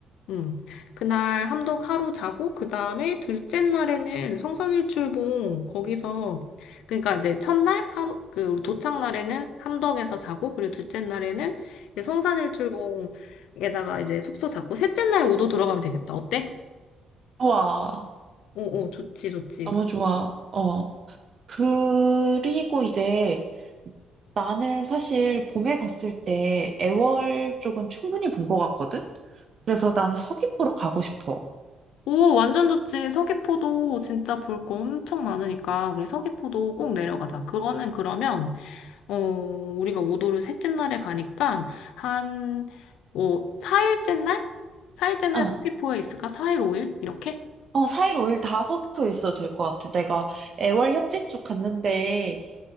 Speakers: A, on the left; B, on the right.
A: 음. 그날 함덕 하루 자고, 그 다음에 둘째 날에는 성산일출봉, 거기서, 그러니까 이제 첫날 하루, 그, 우리 도착 날에는 함덕에서 자고, 그리고 둘째 날에는 이제 성산일출봉에다가 이제 숙소 잡고, 셋째 날 우도 들어가면 되겠다. 어때?
B: 좋아.
A: 오, 오, 좋지, 좋지.
B: 너무 좋아. 어. 그리고 이제 나는 사실 봄에 갔을 때 애월 쪽은 충분히 본 것 같거든? 그래서 나는 서귀포로 가고 싶어.
A: 오, 완전 좋지. 서귀포도 진짜 볼 거 엄청 많으니까, 우리 서귀포도 꼭 내려가자. 그거는 그러면, 어, 우리가 우도를 셋째 날에 가니까, 한, 뭐, 4일째 날? 4일째 날
B: 어.
A: 서귀포에 있을까? 4일, 5일? 이렇게?
B: 어, 4일 5일 다섞에 있어도 될 것 같아. 내가 애월 협재 쪽 갔는데